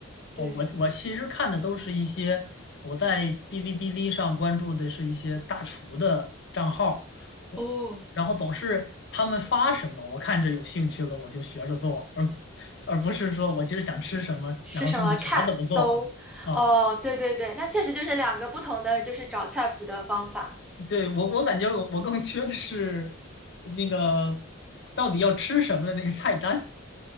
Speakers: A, in the centre; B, on the left.
A: 对。
B: 哦，我我其实看的都是一些我在哔哩哔哩上关注的是一些大厨的账号，我然后总是他们发什么，
A: 哦，
B: 我看着有兴趣了我就学着做，而而不是说我今儿想吃什么，
A: 是什么？
B: 然后上去查怎么做
A: 看搜，
B: 啊。
A: 哦，对对对，那确实就是两个不同的，就是找菜谱的方法。
B: 对，我我感觉我我更缺的是那个到底要吃什么的那个菜单